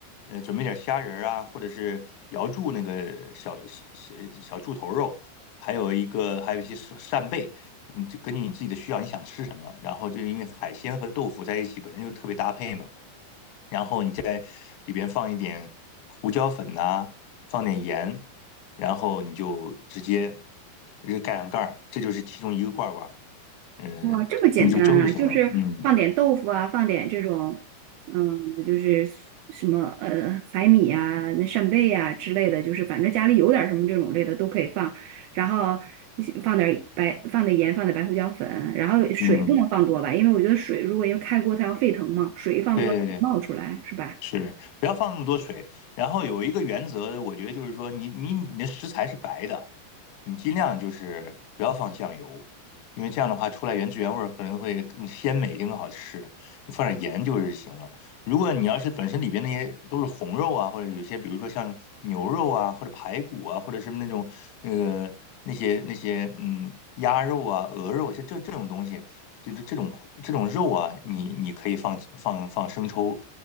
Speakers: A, on the left; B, on the right.
A: 呃，准备点虾仁儿啊，或者是瑶柱那个小小小小柱头肉，还有一个还有一些扇扇贝，你就根据你自己的需要，你想吃什么，然后就因为海鲜和豆腐在一起本身就特别搭配嘛，然后你在里边放一点胡椒粉呐、放点盐，然后你就直接直接盖上盖儿，这就是其中一个罐儿罐儿，嗯、
B: 哇，这么简单啊，
A: 你就蒸就行了。
B: 就是放点豆腐啊，
A: 嗯
B: 放点这种，嗯，就是什么呃海米啊、那扇贝啊之类的，就是反正家里有点什么这种类的都可以放，然后放点白，放点盐，放点白胡椒粉，然后水不能放多吧，
A: 嗯，
B: 因为我觉得水如果因为开锅它要沸腾嘛，水一放多它冒出来是吧？
A: 对对对。是，不要放那么多水。然后有一个原则，的，我觉得就是说你，你你的食材是白的，你尽量就是不要放酱油，因为这样的话出来原汁原味儿可能会更鲜美一定更好吃。你放点盐就是行了。如果你要是本身里边那些都是红肉啊，或者有些比如说像牛肉啊，或者排骨啊，或者什么那种那个那些那些嗯鸭肉啊、鹅肉这这这种东西，这这这种这种肉啊，你你可以放放放生抽。